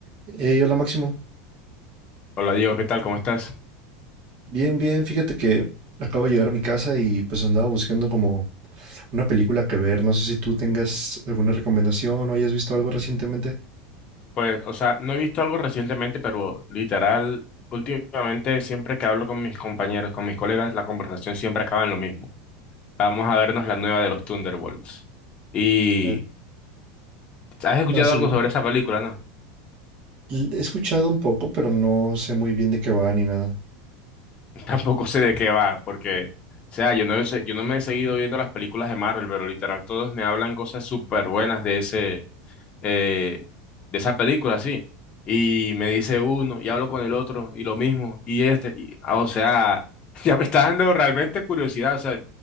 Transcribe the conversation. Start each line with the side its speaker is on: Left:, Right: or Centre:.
Right: Hey, hola Máximo.
Left: Hola Diego, ¿qué tal? ¿Cómo estás?
Right: Bien, bien. Fíjate que acabo de llegar a mi casa y pues andaba buscando como una película que ver. No sé si tú tengas alguna recomendación o hayas visto algo recientemente.
Left: Pues, o sea, no he visto algo recientemente, pero literal, últimamente siempre que hablo con mis compañeros, con mis colegas, la conversación siempre acaba en lo mismo. Vamos a vernos la nueva de los Thunderbolts. Y
Right: Eh,
Left: ¿has escuchado
Right: No, sí,
Left: algo
Right: dime.
Left: sobre esa película? No,
Right: L- He escuchado un poco, pero no sé muy bien de qué va ni nada.
Left: <laughs> tampoco sé de qué va, porque, o sea, yo no, he se- yo no me he seguido viendo las películas de Marvel, pero literal todos me hablan cosas súper buenas de ese, eh, de esa película, sí. Y me dice uno, y hablo con el otro, y lo mismo, y este, y- ah, o sea, <laughs> ya me está dando realmente curiosidad, o sea,